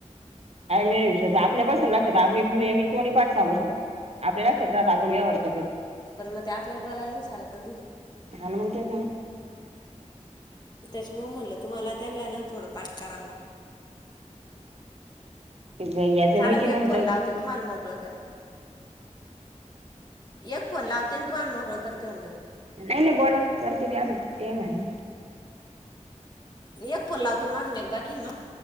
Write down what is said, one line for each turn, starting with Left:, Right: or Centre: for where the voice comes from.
Right: आयडी बियडी हिशोब आपल्यापासून लक्षात आप मी मी तोंडी पाठ सांगू शकते आपल्या लक्षात राहतं आपण व्यवहार करतो
Left: पण म ते आपल्याला बोलायला नाही चालत ना
Right: हा ना मग तेच
Left: तिथ त्याच्या मूळ म्हणलं तुम्हाला त्यानला हेना थोडं पाठी कराला
Right: ना याचं
Left: चालाल
Right: मीटिंग
Left: मी यक
Right: मध्ये
Left: फोन
Right: जाऊ
Left: लावते तुम्हाला मोकळ कर यक फोन लावते अन् तुम्हाला मोकळं करते म्हनल मी
Right: नाही नाही बोला करते मी आजून टाइम आहे ना
Left: यक फोन लावतेन माज मी बाकीन मग